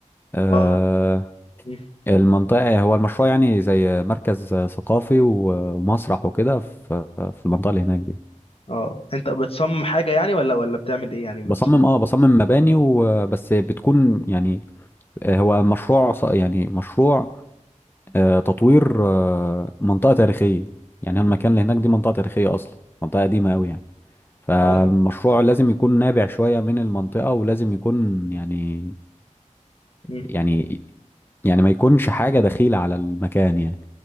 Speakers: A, on the left; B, on the left.
A: آه،
B: اه مم.
A: المنطقة هو المشروع يعني زي مركز آه، ثقافي و- ومسرح وكده في في المنطقة اللي هناك دي
B: اه انت بتصمم حاجه يعني ولا ولا بتعمل ايه يعني
A: بصمم
B: بتصمم
A: اه بصمم مباني وبس بتكون يعني آه، هو مشروع ص- يعني مشروع آه، تطوير آه، منطقة تاريخية يعني المكان اللي هناك دي منطقة تاريخية أصلا منطقة قديمة
B: اه
A: أوي يعني فالمشروع
B: آه، انت بتعمل
A: لازم
B: حاجه
A: يكون نابع شوية من المنطقة ولازم يكون يعني
B: مم.
A: يعني يعني ما يكونش حاجة دخيلة على المكان يعني